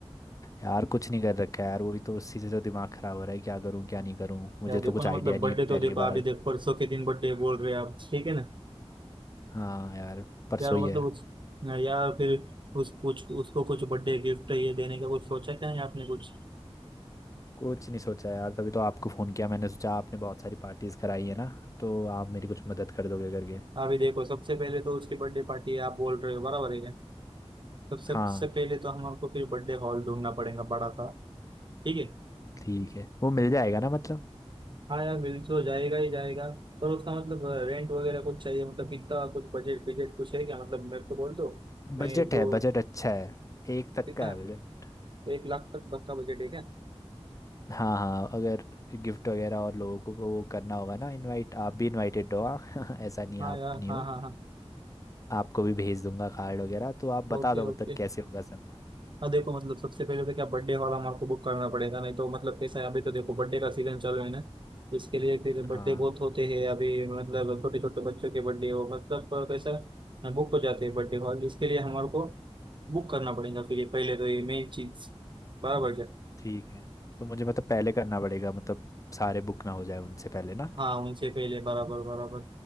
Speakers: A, on the left; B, on the right.
A: यार कुछ नहीं कर रखा है यार वही तो उसी से तो दिमाग ख़राब हो रहा है क्या करूँ क्या नहीं करूँ मुझे
B: यार देखो
A: तो कुछ
B: ना
A: आइडिया
B: मतलब
A: नहीं
B: बर्थडे
A: है
B: तो
A: पहली
B: देखो अभी
A: बार
B: देखो परसों के दिन बर्थडे बोल रहे हैं आप ठीक है ना
A: हाँ यार परसों
B: यार वो
A: ही
B: मतलब
A: है
B: उस यार फिर उस कुछ उसको कुछ बर्थडे गिफ्ट ये देने का कुछ सोचा क्या नहीं आपने कुछ
A: कुछ नहीं सोचा यार तभी तो आपको फ़ोन किया मैंने सोचा आपने बहुत सारी पार्टीज़ कराई है ना तो आप मेरी कुछ मदद कर दोगे करके
B: अभी देखो सबसे पहले तो उसकी बर्थडे पार्टी है आप बोल रहे हो बराबर है क्या सबसे
A: हाँ
B: सबसे पहले तो हम आपको फिर बर्थडे हॉल ढूंढना पड़ेगा बड़ा सा ठीक है
A: ठीक है वो मिल जाएगा ना मतलब
B: हाँ यार मिल तो जाएगा ही जाएगा पर उसका मतलब रेंट वगैरह कुछ चाहिए मतलब कितना कुछ बजट बजट कुछ है क्या मतलब मेरे को बोल दो
A: बजट
B: मैं तो
A: है बजट अच्छा है एक तक
B: कितना
A: का है बजट
B: एक लाख तक बस का बजट है क्या
A: हाँ हाँ अगर गिफ्ट वगैरह और लोगों को को वो करना होगा ना इनवाइट आप भी इनवाइटेड हो हाँ <laughs> ऐसा नहीं
B: हाँ
A: आप
B: यार
A: नहीं
B: हाँ
A: हो
B: हाँ हाँ
A: आपको भी भेज दूंगा कार्ड वगैरह तो आप बता
B: Okay
A: दो मतलब
B: okay
A: कैसे होगा सब
B: हाँ देखो मतलब सबसे पहले तो क्या बर्थडे वाला हमारे को बुक करना पड़ेगा नहीं तो मतलब कैसा है अभी तो देखो बर्थडे का सीजन चल रहा है ना तो इसके लिए फिर बर्थडे
A: हाँ
B: बहुत होते हैं अभी मतलब छोटे छोटे बच्चों के बर्थडे हो मतलब अ, कैसा बुक हो जाते हैं बर्थडे हॉल इसके लिए हमारे को बुक करना पड़ेगा फिर ये पहले तो ये मेन चीज बराबर है
A: ठीक है तो मुझे मतलब पहले करना पड़ेगा मतलब सारे बुक ना हो जाए उनसे पहले ना
B: हाँ उनसे पहले बराबर बराबर